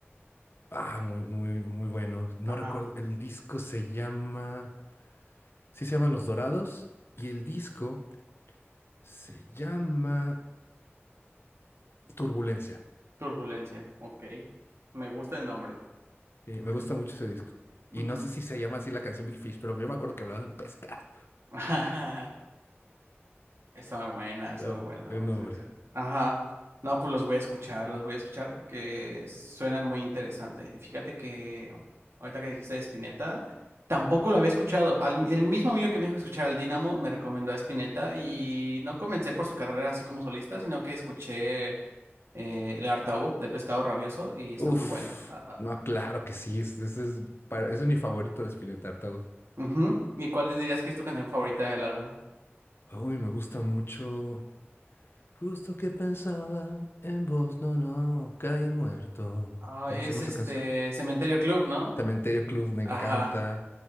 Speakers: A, on the left; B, on the right.
A: Ah, muy, muy, muy bueno. No
B: Ajá,
A: recuerdo. El disco se llama. Sí, se llama Los Dorados. Y el disco se llama Turbulencia.
B: Turbulencia, ok. Me gusta el nombre.
A: Sí, me gusta mucho ese disco.
B: Ujú.
A: Y no sé si se llama así la canción Big Fish, pero yo me acuerdo que hablaba de un pescado.
B: <laughs> Está muy buena, está
A: Claro,
B: muy bueno.
A: El nombre.
B: sí, sí. Ajá. No, pues los voy a escuchar, los voy a escuchar porque suenan muy interesantes. Y fíjate que ahorita que dijiste de Spinetta, tampoco lo había escuchado. Al- el mismo amigo que me dijo escuchar al Dynamo me recomendó a Spinetta y no comencé por su carrera así como solista, sino que escuché eh, El Artaud de Pescado Rabioso y está
A: Uf.
B: muy bueno. Ajá.
A: No, claro que sí. es- Ese es, para- ese es mi favorito de Spinetta Tartaud.
B: Ujú. ¿Y cuál dirías que es tu canción favorita del álbum?
A: Uy, me gusta mucho. Justo que pensaba en vos, no, no, caí muerto.
B: Ah,
A: ¿Cómo
B: es
A: se llama
B: este
A: esa canción?
B: Cementerio Club, ¿no?
A: Cementerio Club me encanta.
B: Ajá.